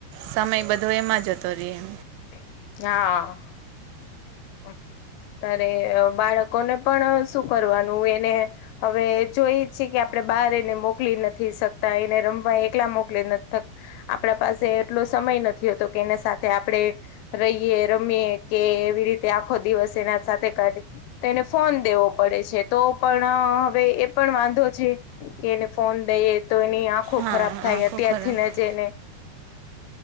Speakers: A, on the right; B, on the left.
A: સમય બધો એમાં જતો રિયે
B: હા અરે બાળકોને પણ શું કરવાનું એને હવે જોઈ છીએ કે આપણે બહાર એને મોકલી નથી શકતા એને રમવા એકલા મોકલી નથ આપડા પાસે એટલો સમય નથી. નથી હોતો કે એને સાથે આપણે રહીએ રમીએ કે એવી રીતે આખો દિવસ એના સાથે કાઢીયે તો એને ફોન દેવો પડે છે તો પણ હવે એ પણ વાંધો છે. કે એને ફોન દઈ તો એની આંખો
A: હા
B: ખરાબ થાય
A: આંખો
B: અત્યારથી
A: ખરાબ
B: ન જ એને